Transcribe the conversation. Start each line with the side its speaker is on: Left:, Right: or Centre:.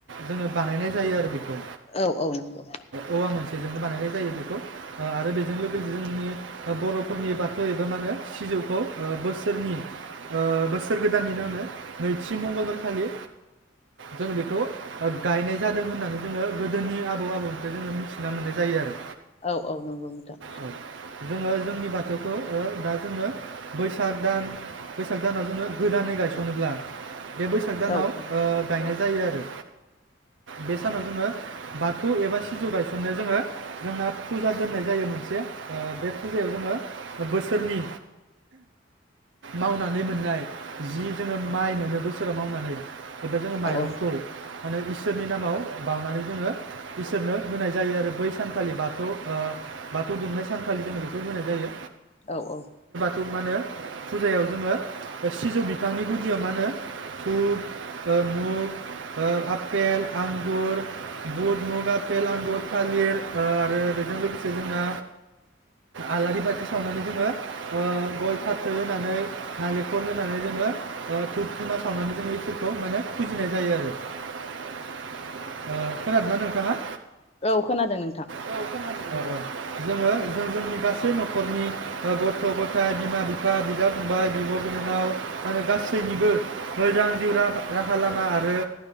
Right: जोङो बानायनाय जायो आरो बेखौ
Left: औ औ नंगौ
Right: औवा मोनसेजोंनो बानायनाय जायो जायो बेखौ ओ आरो बे बेजों लोगोसे जोंनि ओ बरफोरनि बाथौ एबा मा होनो सिजौखौ ओ बोसोरनि ओ बोसोर गोदाननिनो मो नैथि मंगलबारखालि जों बेखौ गायनाय जादों होननानै जोङो गोदोनि आबौ आबौनिफ्राय जोङो मिथिना मोननाय जायो आरो।
Left: औ। औ नांगौ नोंथां।
Right: औ जोङो जोंनि बाथौखो ओ दा जोङो बैसाग दान बैसाग दानाव जोङो गोदानै गायसनोब्ला बे बैसाग दानाव
Left: औ औ
Right: ओ गायनाय जायो आरो बे सानाव
Left: औ
Right: जोङो बाथौ एबा सिजौ गायसननायाव जोङो जोंना फुजा दोननाय जायो मोनसे ओ बे फुजायाव जोङो बोसोरनि मावनानै मोननाय जि जोङो माइ मोनो बोसोराव मावनानै एबा जोङो माइरंखौ
Left: औ
Right: माने इसोरनि नामाव बाउनानै जोङो इसोरनो होनाय जायो आरो बै सानखालि बाथौ ओ बाथौ दुमनाय सानखालि जोङो बेखौ होनाय जायो।
Left: औ औ
Right: खौ मा होनो फुजायाव जोङो सिजौ बिफांनि गुदियाव मा होनो धुप, ओ मुग, ओ आपेल, आंगुर, बुद, मुग, आपेल, आंगुर, थालिर, ओ आरो बेजों लोगोसे फोजोंना आलारि बाथि सावनानै जोङो ओ गय फाथै होनानै नालेखल होनानै जोङो ओ धुप खमा सावनानै जोङो इसोरखौ माने फुजिनाय जायो आरो। ओ खोनादोंना नोंथाङा?
Left: औ खोनादों नोंथां।
Right: औ खोनादों ओ ओ जोङो जो-जों जोंनि गासै न'खरनि ओ गथ' ग'थाय, बिमा बिफा, बिदा फंबाय, बिब' बिनानाव माने गासैनिबो मोजां जिउ रा-राहा लामा आरो